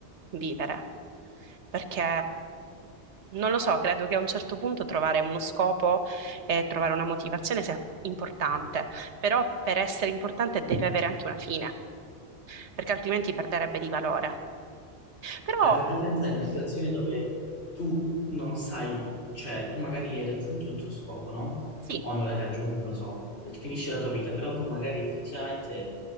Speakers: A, on the right; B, on the left.
A: vivere, perché non lo so, credo che a un certo punto trovare uno scopo e trovare una motivazione sia importante, però per essere importante deve avere anche una fine, perché altrimenti perderebbe di valore. Però
B: Eh, però pensa a una situazione dove tu non sai, cioè tu magari hai raggiunto il tuo scopo, no?
A: sì,
B: O non l'hai raggiunto, non lo so, finisce la tua vita, però tu magari effettivamente